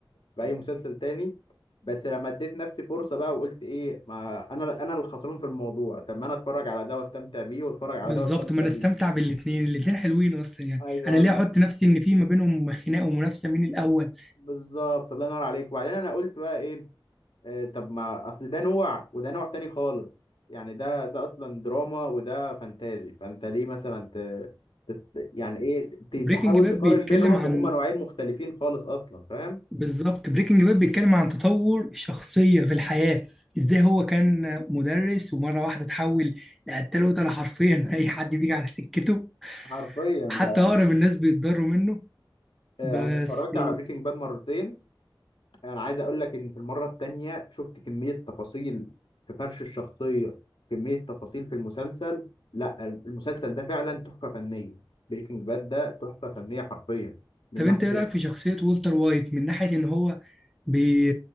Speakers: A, on the left; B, in the centre.
A: باي مسلسل تاني بس لما اديت نفسي فرصه بقى وقلت ايه ما انا انا اللي خسران في الموضوع طب ما انا اتفرج على ده واستمتع بيه واتفرج على
B: بالظبط
A: ده واستمتع
B: ما انا
A: بيه
B: استمتع بالاتنين الاتنين حلوين اصلا يعني
A: ايوه
B: انا ليه
A: الله-
B: احط نفسي ان في ما بينهم خناقه ومنافسه مين الاول
A: بالظبط الله ينور عليك وبعدين انا قلت بقى ايه آه، طب ما اصل ده نوع وده نوع تاني خالص يعني ده ده اصلا دراما وده فانتازي فانت ليه مثلا ت... تت- يعني ايه ت-
B: وبريكنج
A: تحاول
B: باد
A: تقارن
B: بيتكلم
A: بينهم
B: عن
A: وهما نوعين مختلفين خالص اصلا فاهم
B: بالظبط بريكنج باد بيتكلم عن تطور شخصيه في الحياه ازاي هو كان مدرس ومره واحده اتحول لقتال قتله حرفيا <laughs> اي حد بيجي على سكته
A: حرفيا
B: حتى
A: بقى
B: اقرب الناس بيتضروا منه
A: آه،
B: بس
A: انا اتفرجت على بريكنج باد مرتين انا عايز اقول لك ان في المره التانية شفت كميه تفاصيل في فرش الشخصيه كميه تفاصيل في المسلسل لا المسلسل ده فعلا تحفه فنيه بريكنج باد ده تحفه فنيه حرفيا من
B: طب
A: ناحيه
B: انت ايه رايك في شخصيه والتر وايت من ناحيه ان هو بي